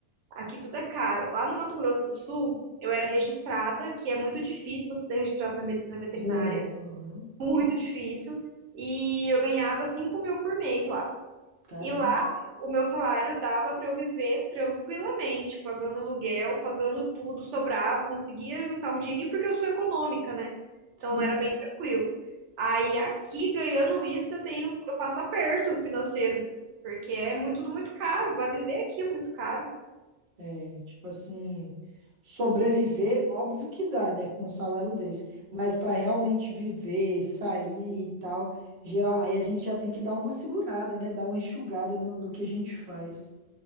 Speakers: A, on the right; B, on the right.
A: Aqui tudo é caro. Lá no Mato Grosso do Sul, eu era registrada, que é muito difícil você ser registrado na medicina veterinária,
B: Muito, aham.
A: muito difícil, e eu ganhava 5 mil por mês lá.
B: Caramba.
A: E lá, o meu salário dava para eu viver tranquilamente, pagando aluguel, pagando tudo, sobrava, conseguia juntar um dinheirinho, porque eu sou econômica, né? Então
B: Sim.
A: era bem tranquilo. Aí aqui, ganhando isso, eu tenho, eu passo aperto financeiro, porque é muito, tudo muito caro, vai viver aqui é muito caro.
B: É, tipo assim, sobreviver, óbvio que dá, né, com um salário desse. Mas pra realmente viver, sair e tal, geral, aí a gente já tem que dar uma segurada, né, dar uma enxugada no, no que a gente faz.